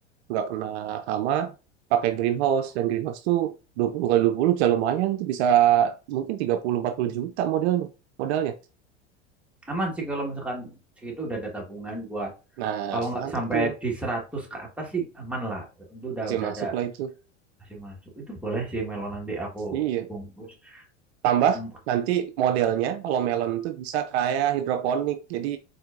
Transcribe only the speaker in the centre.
Aman sih kalau misalkan segitu udah ada tabungan buat
kalau nggak
sampai
di 100 ke atas sih aman lah. Itu udah
udah
ada
masih masuk. Itu boleh sih Melo nanti aku
bungkus.
Hmm,